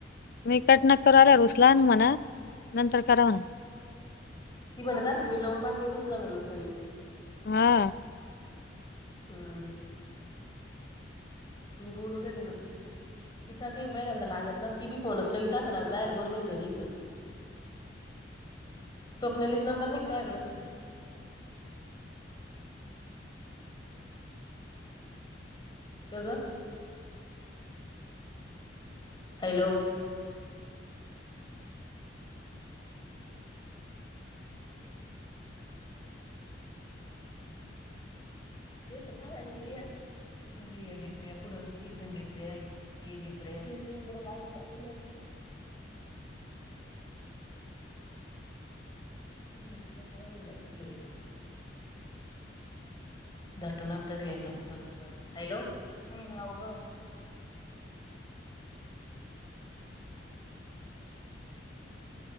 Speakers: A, on the left (about 55°); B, on the left (about 25°).
A: मी कट न कर आल्या रुसलान म्हणा नंतर कराव ना
B: ती म्हणत असेन मी लोमपाते उसला म्हणून सनी
A: हा
B: हम् मी बोलू राहिले ना ते सु तिचा काही बयलांदा लागत ना ती बी फोनच लवता अस ना बाल बरोबर कररी त स्वप्नलिस् नंबर निघतोकडं का ग हॅलो स खा जिप्रिया पुढं एकण जिप्रे जिप्रे तीस पंदरा लाग उबारी लालेचे तुला साळ बंगार उपल वयची दटो नतच यायचं फच हॅलो ग <unintelligible>